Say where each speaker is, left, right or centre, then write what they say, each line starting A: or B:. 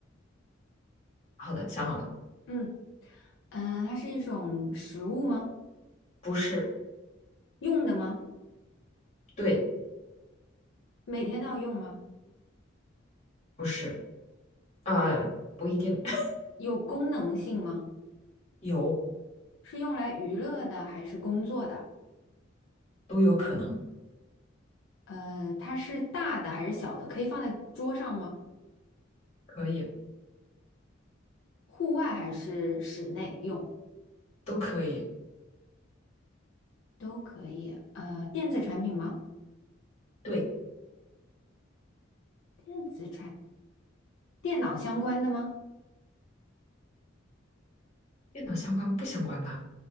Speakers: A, on the left; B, on the left.
A: 好的，想好了，
B: 嗯，呃，它是一种食物吗？
A: 不是，
B: 用的吗？
A: 对，
B: 每天都要用吗？
A: 不是，啊，不一定，<laughs>
B: 有功能性吗？
A: 有，
B: 是用来娱乐的还是工作的？
A: 都有可能，
B: 呃，它是大的还是小的？可以放在桌上吗？
A: 可以，
B: 户外还是室内用
A: 都可以。
B: 都可以。呃，电子产品吗？
A: 对，
B: 电子，电脑相关的吗？
A: 电脑相关吗？不相关吧？